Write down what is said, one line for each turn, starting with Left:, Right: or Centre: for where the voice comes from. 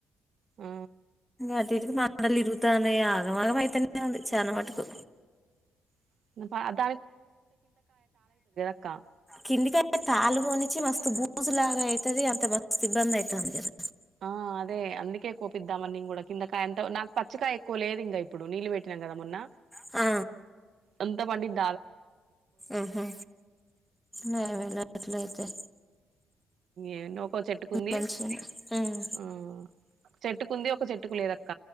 Right: ఆ
Centre: అటు ఇట్ కి మండలు ఇరుగుతనయ్ ఆగంమాగం అయితేనే ఉంది చాలా మటుకు
Right: నాపత్ అక్క
Centre: కిందికి తాళ్లు పోనిచ్చ మస్తు బూ బూజు లాగా ఐతది అంత మస్తు ఇబ్బంది ఐతంది కదా
Right: ఆ అదే అందుకే కోపిద్దామని నేను కూడా కిందకాయ అంత నాకు పచ్చకాయ ఎక్కువ లేదు ఇంకా ఇప్పుడు నీళ్ళు పెట్టినం కదా మొన్న
Centre: ఆ
Right: అంతా పండిద్
Centre: ఉహు నాకు తెలువదు అట్ల అయితే
Right: ఎన్నో ఒక్క చెట్టుకుంది
Centre: మంచిగానే ఉమ్.
Right: ఆ చెట్టుకుంది ఒక చెట్టుకు లేదక్క